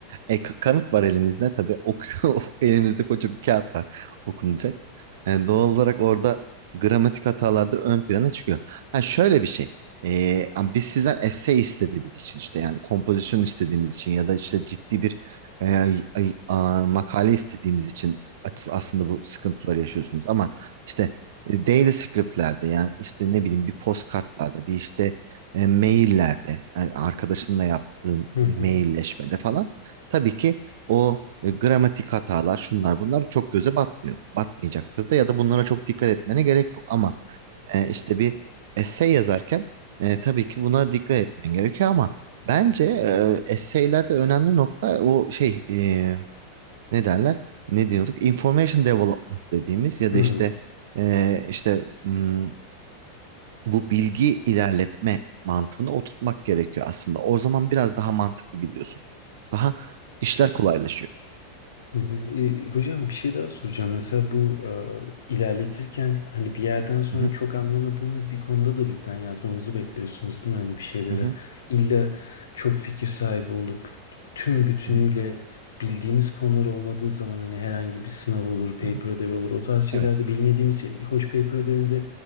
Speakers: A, on the right; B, on the left.
A: E, ka- kanıt var elimizde tabii. Okuyor. <laughs> Elimizde koca bir kağıt var okunacak. E, doğal olarak orada gramatik hatalar da ön plana çıkıyor. Ha şöyle bir şey. E, ama biz sizden essay istediğimiz için işte yani kompozisyon istediğimiz için ya da işte ciddi bir e, ay- ay- a- makale istediğimiz için as- aslında bu sıkıntıları yaşıyorsunuz. Ama işte e, daily script'lerde yani işte ne bileyim bir postkartlarda bir işte e, maillerde, e, arkadaşınla yaptığın
B: Hı
A: e,
B: hı.
A: mailleşmede falan tabii ki o e, gramatik hatalar şunlar bunlar çok göze batmıyor. Batmayacaktır da ya da bunlara çok dikkat etmene gerek yok ama e, işte bir essay yazarken e, tabii ki buna dikkat etmen gerekiyor ama bence e, essaylerde önemli nokta o şey e, ne derler? Ne diyorduk? Information development dediğimiz ya
B: Hmm.
A: da işte e, işte hmm, bu bilgi ilerletme mantığını oturtmak gerekiyor aslında. O zaman biraz daha mantıklı gidiyorsun. Daha işler kolaylaşıyor.
B: Hı hı. E, hocam bir şey daha soracağım. Mesela bu e, ilerletirken hani bir yerden sonra
A: Hı hı,
B: çok anlamadığımız bir konuda da bizden yazmamızı bekliyorsunuz değil mi? Hani bir şeylere
A: hı hı,
B: illa çok fikir sahibi olup tüm bütünüyle
A: hı hı,
B: bildiğimiz konular olmadığı zaman hani herhangi bir sınav olur, paper
A: hı hı.
B: ödevi olur. O tarz şeylerde
A: Evet.
B: bilmediğimiz şey. Hoş paper ödevinde